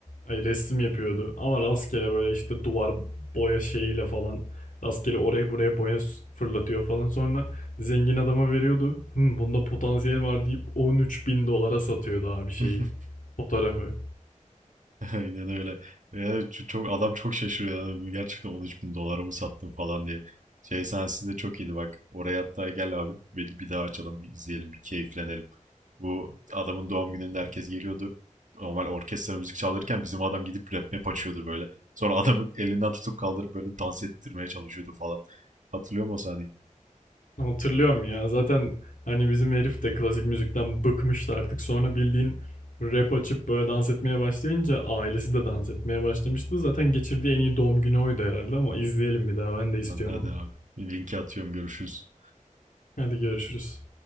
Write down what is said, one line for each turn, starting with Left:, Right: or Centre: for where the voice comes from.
Left: Ay resim yapıyordu. Ama rastgele böyle işte duvar boya şeyiyle falan. Rastgele oraya buraya boya fırlatıyor falan. Sonra zengin adama veriyordu. Hı, bunda potansiyel var deyip 13 bin dolara satıyordu abi şeyi.
Right: <laughs>
Left: Fotoğrafı.
Right: <laughs> Aynen öyle. Yani ç- çok adam çok şaşırıyor. Yani bu gerçekten 13 bin dolara mı sattın falan diye. Şey sahnesi de çok iyiydi bak. Oraya hatta gel abi. Bir, bir daha açalım, bir izleyelim, bir keyiflenelim. Bu adamın doğum gününde herkes geliyordu. Normal orkestra müzik çalırken bizim adam gidip rap map açıyordu böyle. Sonra adamı elinden tutup kaldırıp böyle dans ettirmeye çalışıyordu falan. Hatırlıyor musun o sahneyi?
Left: Hatırlıyorum ya. Zaten hani bizim herif de klasik müzikten bıkmıştı artık. Sonra bildiğin rap açıp böyle dans etmeye başlayınca ailesi de dans etmeye başlamıştı. Zaten geçirdiği en iyi doğum günü oydu herhalde ama izleyelim bir daha. Ben de istiyorum
Right: Hadi, hadi
Left: onu.
Right: abi. Linki atıyorum görüşürüz.
Left: Hadi görüşürüz.